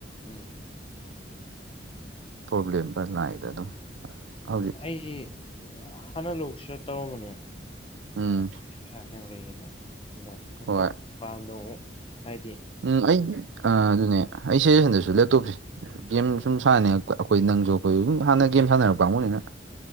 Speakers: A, on the left; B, on the right.
A: ꯎꯝ
B: ꯄ꯭ꯔꯣꯕ꯭ꯂꯦꯝꯗ ꯂꯥꯛꯏꯗ ꯑꯗꯨꯝ ꯍꯧꯖꯤꯛ
A: ꯎꯝ ꯑꯩꯁꯤ ꯍꯥꯟꯅ ꯂꯣꯛꯁꯤꯔ ꯇꯧꯔꯝꯕꯅꯦ
B: ꯑꯝ
A: ꯄꯩꯁꯥ ꯍꯦꯟꯗ꯭ꯔꯤꯉꯅ ꯑꯗꯨꯅ ꯂꯦꯞꯇꯣꯞ
B: ꯍꯣꯏ
A: ꯄꯥꯝꯗ ꯑꯃꯨꯛ ꯍꯥꯏꯗꯤ
B: ꯎꯝ ꯑꯩ ꯑꯗꯨꯅꯦ ꯑꯩ ꯁꯖꯁꯟꯗꯁꯨ ꯂꯦꯞꯇꯣꯞꯁꯦ ꯒꯦꯝ ꯁꯨꯝ ꯁꯥꯟꯅꯩ ꯑꯩꯈꯣꯏ ꯅꯪꯁꯨ ꯑꯩꯈꯣꯏ ꯍꯥꯟꯅ ꯒꯦꯝ ꯁꯥꯟꯅꯔꯛ ꯄꯥꯝꯕꯅꯤꯅ